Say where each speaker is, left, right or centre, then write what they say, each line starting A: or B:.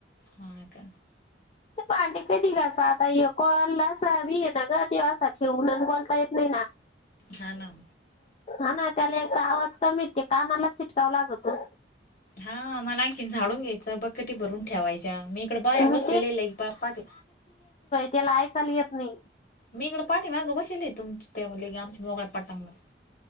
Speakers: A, on the left (about 50°); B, on the left (about 35°).
A: हा का
B: ते भांडी कधी घासा आता, ह्यो कॉल असा भी येईना गं, ते असा ठेवून अनं बोलता येत नाही न हा.
A: हा, नाव
B: उन्हात आलं का, आवाज कमी येत, कानालाच चिटकाव लागतो.
A: हं, मला आणखीन झाडून घ्याय च बकटी भरून ठेवायच्या. मी इकडं बाहेर
B: मग
A: बसलेले, लई पार पाटी
B: तेला ऐकायला येत नाही.
A: मी इकडं पाठीमागं बसले. तुमच <inaudible> की आमच्या मोगळा पटांगलं